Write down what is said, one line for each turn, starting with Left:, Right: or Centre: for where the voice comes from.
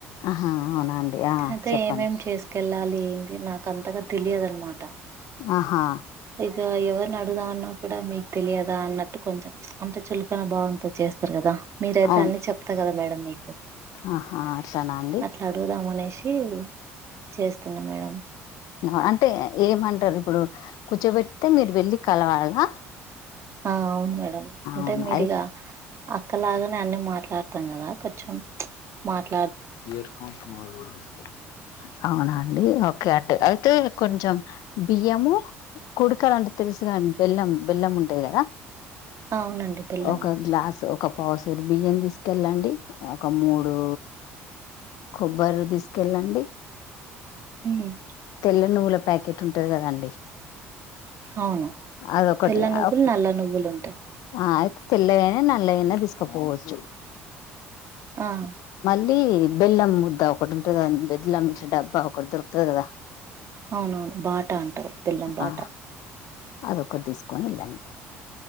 Left: ఆహా అవునా అండి ఆ
Right: అయితే
Left: చెప్పండి.
Right: ఏమేం చేసుకెళ్ళాలి ఏంది నాక్ అంతగా తెలియదు అన్మాటా.
Left: ఆహా
Right: ఇగా ఎవర్ని అడుగుదామన్నా కూడా మీకు తెలియదా అన్నట్టు కొంచెం ప్చ్ అంటే చులకన భావంతో చేస్త్ స్తరు కదా మీరయితే
Left: అవును
Right: అన్ని చెప్త గదా మేడం మీకు.
Left: ఆహా అట్లానా అండి
Right: అట్లా అడుగుదాం అనేశీ చేస్తున్నా మేడం.
Left: అహ అంటే ఏమంటరు ఇప్పుడూ కూర్చోబెడితే మీరు వెళ్ళి కలవాలా.
Right: ఆ అవును మేడం
Left: అవునా
Right: అంటే మీరిగా.
Left: అయి
Right: అక్కలాగానే అన్ని మాట్లాడతం గదా కొంచెం ప్చ్ మాట్
Left: ఇయర్ ఫోన్స్ మాడల్ గూడా తీస్తారు అవునా అండి ఓకే అట్ట అయితే కొంచెం బియ్యమూ కుడుకలంటే తెల్సు కదండి బెల్లం బెల్లం ఉంటాయి గదా.
Right: అవునండి బెల్లము
Left: ఒక గ్లాస్ ఒక పావుసేరు బియ్యం తీసుకెళ్ళండి ఒక మూడూ కొబ్బర్లు తీసుకెళ్ళండి.
Right: <unintelligible>
Left: ల నువ్వుల ప్యాకెట్ ఉంటది గదండి.
Right: అవును
Left: అదొక్కటి
Right: తెల్ల నువ్వులు
Left: ఒక్
Right: నల్ల నువ్వులు ఉంటాయి
Left: ఆ అయిత్ తెల్ల ఐనా నల్ల ఐనా తీసుకపోవచ్చు.
Right: ఆహా
Left: ళీ బెల్లం ముద్దా ఒకటి ఉంటది కదండి బెల్లంది ఇట్ల డబ్బా ఒకటి దొరుకుతది గదా.
Right: అవునవును బాటా అంటరు బెల్లం బాటా.
Left: ఆ అదొకటి తీసుకొని ఎళ్ళండి.